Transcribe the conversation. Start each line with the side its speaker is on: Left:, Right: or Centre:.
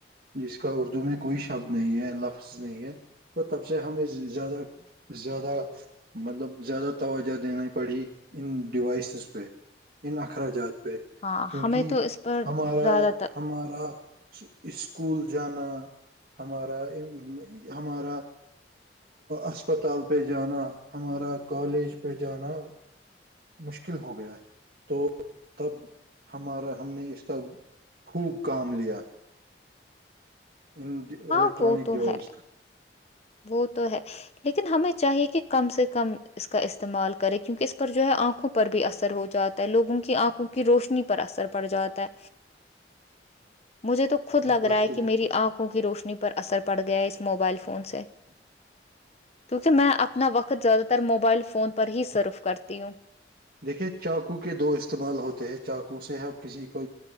Right: جس کا اردو میں کوئی شبد نہیں ہے لفظ نہیں ہے تو تب سے ہمیں زیادہ زیادہ مطلب زیادہ توجہ دینے پڑھی ان ڈیوائسز پہ ان اخراجات پہ
Left: ہاں
Right: کیونکہ
Left: ہمیں تو اس پر
Right: ہمارا
Left: زیادہ تر
Right: ہمارا اسکول جانا ہمارا ہمارا اسپتال پہ جانا ہمارا کالج پہ جانا مشکل ہو گیا تو تب ہمارا ہم نے اس کا خوب کام لیا ان
Left: ہاں
Right: الیکٹرانک
Left: وہ تو
Right: ڈیوائس
Left: ہے
Right: کو
Left: وہ تو ہے لیکن ہمیں چاہیے کہ کم سے کم اس کا استعمال کرے کیونکہ اس پر جو ہے آنکھوں پر بھی اثر ہو جاتا لوگوں کی آنکھوں کی روشنی پر اثر پڑ جاتا ہے
Right: <inaudible>
Left: مجھے تو خود لگ
Right: یہ بات
Left: رہا ہے
Right: تو
Left: کہ
Right: بالکل
Left: میری آنکھوں کی روشنی پر اثر پڑ گیا ہے اس موبائل فون سے
Right: ہ
Left: کیوںونکہ میں اپنا وقت زیادہ تر موبائل فون پر ہی سرف کرتی ہوں
Right: دیکھیے چاقو کے دو استعمال ہوتے ہیں چاقو سے ہب کسی کو